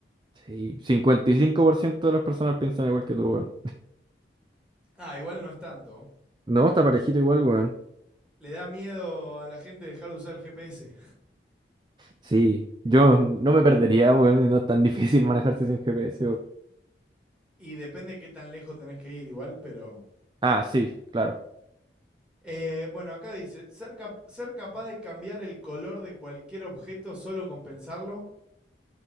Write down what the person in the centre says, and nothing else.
Ah, igual no es tanto.
Le da miedo a la gente dejar de usar el GPS.
Y depende qué tan lejos tenés que ir igual, pero...
Eh, bueno, acá dice, ser, cap- ser capaz de cambiar el color de cualquier objeto solo con pensarlo.